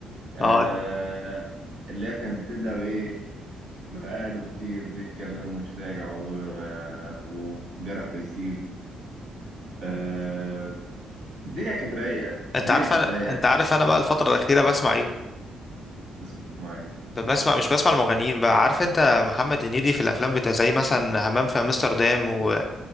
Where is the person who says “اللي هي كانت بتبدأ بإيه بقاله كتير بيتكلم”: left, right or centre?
Right